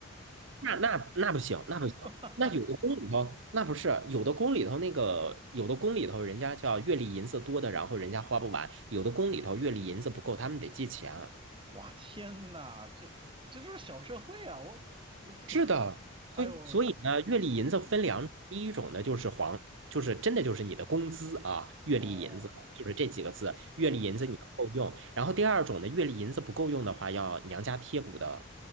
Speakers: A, on the right (about 60°); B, on the right (about 25°).
A: 那那那不行，那不行。
B: <laughs>
A: 那有的宫里头，那不是有的宫里头那个，有的宫里头人家叫月例银子多的，然后人家花不完；有的宫里头月例银子不够，他们得借钱。
B: 我天呐，这这就是小社会啊，我我这，
A: 是的，
B: <laughs>
A: 所以所以呢，
B: 哎呦，
A: 月例银子分两种，
B: 嗯，
A: 第一种呢就是黄，就是真的就是你的工资啊，月例银子就是这几个字，
B: 哦哦
A: 月例银子你要够用。
B: ，OK。
A: 然后第二种呢，月例银子不够用的话，要娘家贴补的。